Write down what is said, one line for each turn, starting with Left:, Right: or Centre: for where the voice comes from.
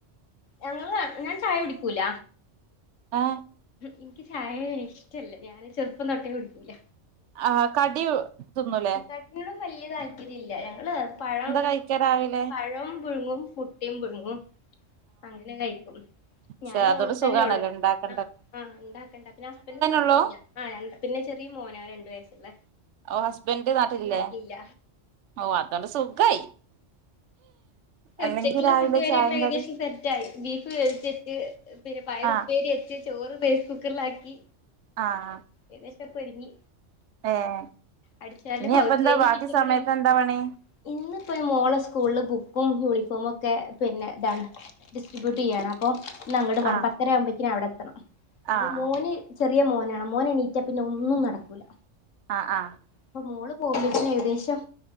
Left: ഞങ്ങള് ഞാൻ ചായ കുടിക്കൂല
Right: ആഹ്
Left: എനിക്ക് ചായ ഇഷ്ടല്ല ഞാൻ ചെറുപ്പം തൊട്ടേ കുടിക്കൂല
Right: ആ കടി തിന്നുല്ലേ?
Left: അതിനെക്കാട്ടിലും വലിയ താല്പര്യില്ല അല്ല പഴം അങ്ങ
Right: കഴിക്കാ
Left: പഴം
Right: രാവിലെ
Left: പഴവും പുഴുങ്ങും പുട്ടും പുഴുങ്ങും അങ്ങനെ കഴിക്കും ഞാനും
Right: സ അതൊരു
Left: മോളും
Right: സുഖമാണല്ലോ
Left: തന്നെ ഉള്ളു
Right: ഉണ്ടാക്ക
Left: ആഹ് ആഹ് ഉണ്ടാക്കണ്ട പിന്നെ ഹസ്ബൻഡ് നാട്ടിലില
Right: ഉള്ളൂ
Left: ആ പിന്നെ ചെറിയ മോന രണ്ട് വയസ്സുള്ള
Right: ഓ ഹസ്ബൻഡ് നാട്ടിലില്ലേ
Left: നാട്ടിലില്ല
Right: ഓ അതോണ്ട് സുഖായി അല്ലെങ്കി
Left: ഉച്ചക്കുള്ള
Right: രാവിലെ
Left: ഫുഡ് വരെ
Right: ചായേം
Left: ഏകദേശം
Right: കടിം
Left: സെറ്റ് ആയി ബീഫ് ിച്ച പിന്നെ പയർ
Right: ആഹ്
Left: ഉപ്പേരിവെച്ച് ചോറ് റൈസ് കുക്കറിലാക്കി
Right: ആഹ്
Left: ഏകദേശം മോരുങ്ങി
Right: ഏഹ്
Left: അടിച്ച്
Right: ഇനി
Left: വാരൽ
Right: അപ്പ എന്താ ബാക്കി
Left: കിച്ചൻ
Right: സമയത്ത്
Left: കൂടിയേ ഉള്ളൂ
Right: എന്താ പണി
Left: ഇന്ന്പ്പോ മോളെ സ്കൂളില് ബുക്ക് ബുക്കും ക്കും യൂണിഫോമ ഒക്കെ പിന്നെ ഇന്നാണ് ഡിസ്ട്രിബ്യൂട്ട് ചെയ്യയാണ് അപ്പൊ ഇല്ല അങ്ങോട്ട്‌ പോണം
Right: ആഹ്
Left: പത്തര ആകുമ്പഴേക് അവിടെ എത്തണം അപ്പം
Right: ആഹ്
Left: മോന് ചെറിയ മോനാണ്. മോന് എണീറ്റാ പിന്നെ ഒന്നും നടക്കൂല
Right: ആ ആ
Left: അപ്പൊ മോള് പോകുമ്പഴ്‌ത്തേനും ഏകദേശം